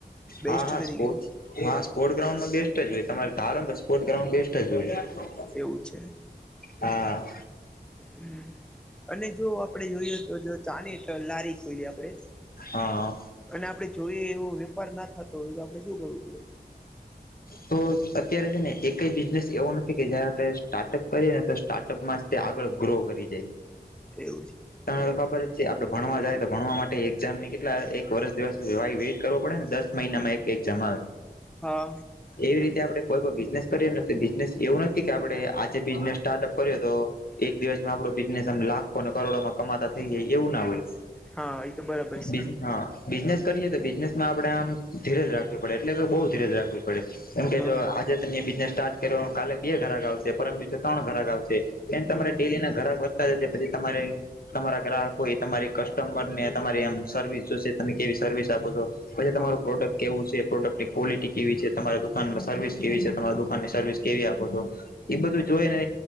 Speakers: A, in the centre; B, on the left.
A: બેસ્ટ
B: હા હા
A: તરીકે
B: સ્પોર્ટ હા સ્પોર્ટસ ગ્રાઉન્ડમાં બેસ્ટ જ હોય તમારે ધારો તો સ્પોર્ટ્ ગ્રાઉન્ડ બેસ્ટ જ હોય
A: એવું છે.
B: હા.
A: હમ. અને જો આપડે જોઈએ તો જો ચાની લારી ખોઈલી આપડે
B: હા
A: અને આપડે જોઈએ એવો વેપારના થતો હોય તો આપડે શું કરવું પડે?
B: તો અત્યારે છે, ને એકેય બિઝનેસ એવો નથી કે જયારે આપણે સ્ટાર્ટઅપ કરીએ ને તો સ્ટાર્ટઅપમા જ તે આગળ ગ્રો કરી જાય
A: એવું છે.
B: તમને તો ખબર જ છે, આપડે ભણવા જાય તો ભણવા માટે એક્ઝામની કેટલા એક વર્ષ દિવસ વા વેઇટ કરવો પડે ને દસ મહિનામાં એક એક જમા
A: હા.
B: એવી રીતે આપડે કોઈ પણ બિઝનેસ કરીએ ને તો બિઝનેસ એવું નથી કે આપડે આજે બિઝનેસ સ્ટાર્ટઅપ કર્યો તો એક દિવસમાં આપણો બિઝનેસ એમ લાખો કરોડોમાં કમાતા થઈ જાય એવું ના હોય
A: હા એ તો બરાબર છે
B: બીજી હા બિઝનેસ કરીએ તો બિઝનેસમાં આપણે આમ ધીરજ રાખવી પડે એટલે બહુ ધીરજ રાખવી પડે કેમ કે
A: હા
B: જો આજે ત બિઝનેસ સ્ટાર્ટ કર્યો કાલે બે ઘરાક આવશે પરમ દિવસે ત્રણ ઘરાક આવશે એમ
A: હમ
B: તમારે ડેલીના ગાહક વધતા જ પછી તમારે તમારા ગ્રાહક હોય તમારે કસ્ટમરને તમારી આમ સર્વિસ જોશે તમે કેવી સર્વિસ આપો છો પછી
A: હા
B: તમારું
A: એવું
B: પ્રોડક્ટ કેવું છે, પ્રોડક્ટની ક્વોિટી કેવી છે. તમારા દુકાનમાં સર્વિસ કેવી છે, તમારા દુકાનની સર્વિસ કેવી આપો તો એ બધું જોઈ
A: છે
B: ને